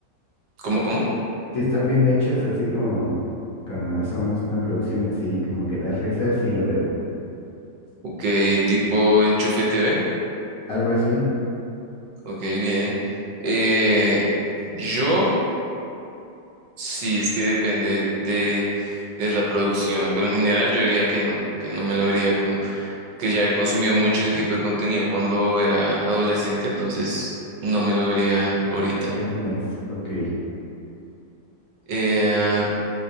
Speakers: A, on the right; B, on the left.
A: ¿cómo, cómo?
B: Si están bien hechos, así como con más o menos una producción así, como que da risa, sí lo veo.
A: Ok, tipo enchufe TV.
B: Algo así.
A: Ok, bien. Eh, yo. Sí, es que depende de, de la producción, pero en general yo diría que no, que no me lo vería como que ya he consumido mucho ese tipo de contenido cuando era adolescente, entonces no me lo vería ahorita.
B: Adiós, next. Ok.
A: Eh,